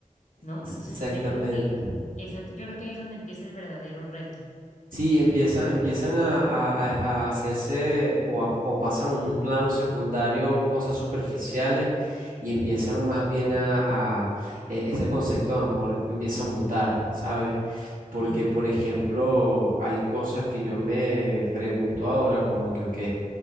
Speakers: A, on the left (about 65°); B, on the right (about 80°).
A: ¿no?
B: es-
A: Entonces,
B: exactamente.
A: yo creo que, exacto, yo creo que ahí es donde empieza el verdadero reto.
B: Sí, empiezan, empiezan a, a- a- a hacerse o, a- o pasan a un plano secundario cosas superficiales y empiezan más bien a, a- e- ese concepto de amor empieza a mutar, ¿sabes? Porque,
A: Sí,
B: por ejemplo, hay cosas que yo me pregunto ahora como que, ok